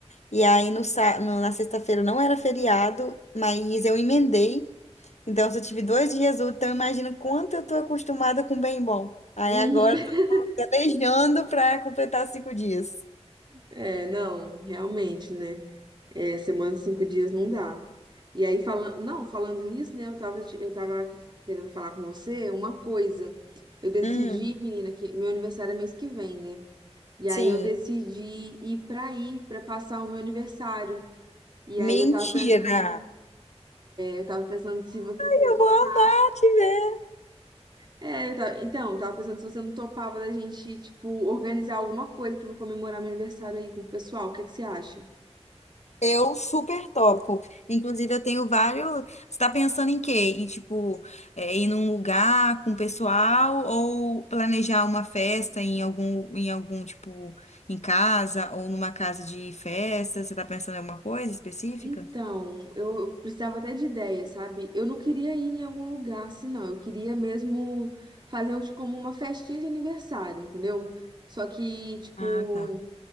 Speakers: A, on the left; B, on the right.
A: E aí no, sá- no- na sexta-feira não era feriado, mas eu emendei. Então eu só tive dois dias úteis, então eu imagino quanto eu tô acostumada com bem bom. Aí
B: Uhum.
A: agora eu tô planejando para completar cinco dias.
B: É, não, realmente, né? É, semana de cinco dias não dá. E aí, falando, não, falando nisso, né? Eu tava, te- eu tava aqui querendo falar com você uma coisa. Eu decidi,
A: Hum,
B: menina, que meu aniversário é mês que vem, né? E
A: sim.
B: aí eu decidi ir pra aí, pra passar o meu aniversário. E aí
A: Mentira!
B: eu tava pensando Eu tava pensando se você não
A: Eu
B: topava.
A: vou amar te ver.
B: É, eu tava... Então, eu tava pensando se você não topava da gente, tipo, organizar alguma coisa pra me comemorar meu aniversário aí com o pessoal. O que que você acha?
A: Eu super topo. Inclusive, eu tenho vários. Você tá pensando em quê? Em, tipo, é, ir num lugar com o pessoal ou planejar uma festa em algum, em algum, tipo, em casa ou numa casa de festa? Você está pensando em alguma coisa específica?
B: Então, eu eu precisava até de ideia, sabe? Eu não queria ir em algum lugar assim, não. Eu queria mesmo fazer uns- como uma festinha de aniversário, entendeu? Só que, tipo,
A: Ah, tá.